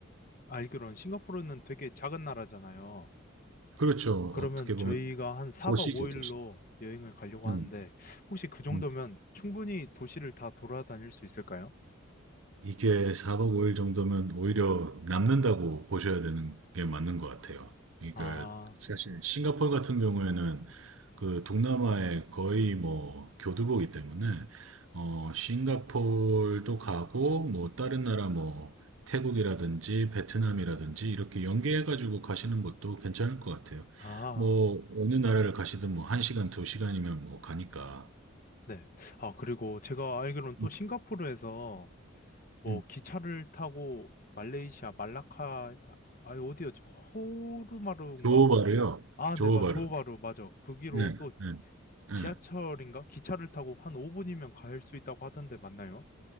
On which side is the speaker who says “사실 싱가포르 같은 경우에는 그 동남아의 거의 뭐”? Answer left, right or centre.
Right